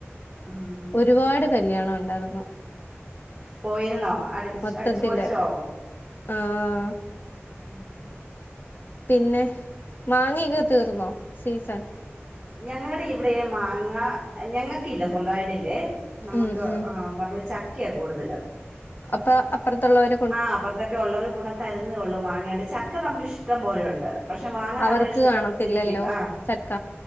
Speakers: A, in the centre; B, on the left (about 45°).
A: ഉം
B: ഒരുപാട് കല്യാണം ഉണ്ടായിരുന്നു
A: പോയിരുന്നോ അ
B: മൊത്തത്തില്
A: അടിച്ചു പൊളിച്ചോ
B: ആഹ്
A: ഉം
B: പിന്നെ മാങ്ങൊക്കെ തീർന്നോ സീസൺ
A: ഞങ്ങളുടെ ഇവിടെ മാങ്ങ ഞങ്ങക്കില്ല സ്വന്തമായിട്ടില്ലേ നമുക്ക്
B: ഉം ഉം
A: ആ പറമ്പി ചക്കയാ കൂടുതല്
B: അപ്പൊ അപ്പുറത്തുള്ളവർ
A: ആഹ് അപ്പറത്തൊക്കെ ഉള്ളൊരു കൊണ്ട്തരുന്നള്ളും മാങ്ങിയണ്ട് ചക്ക നമുക്ക് ഇഷ്ടം പോലെയുണ്ട് പക്ഷെ മാങ്ങ
B: അവർക്ക്
A: നമ്മുടെ ഇഷ്ടത്തെ
B: കാണത്തില്ലല്ലോ
A: ഒത്തിരിക്കിട്ട് ആ
B: ചക്ക